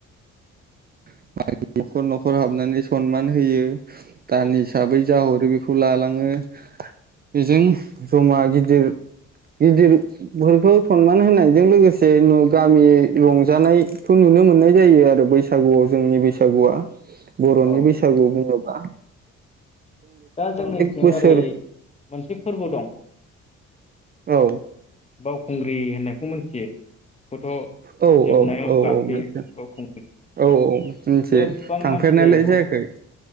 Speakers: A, on the right; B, on the left.
A: <unintelligible> न'खर न'खर हाबनानै सनमान होयो। दान
B: औ
A: हिसाबै जाह रो बेखौ लालाङो बेजों जमा गिदिर गिदिरफोरखौ सनमान होनायजों लोगोसे न गामि रंजानायखौ नुनो मोननाय जायो आरो बैसागुआव जोंनि बैसागुआ। बर'नि
B: औ
A: बैसागु बुङोब्ला
B: दा जोंनिथिं
A: बोसोर
B: ओरै मोनसे फोरबो दं
A: औ
B: बावखुंग्रि होननायखौ मिथियो? बेखौथ'
A: औ
B: जोबनायाव
A: औ औ
B: गाखोयो
A: औ मिथि
B: बावखुं
A: औ औ मिनथियो
B: गोबां
A: थांफेरनायलाय
B: मानसि जायो बेयावहायथ'
A: जायाखै।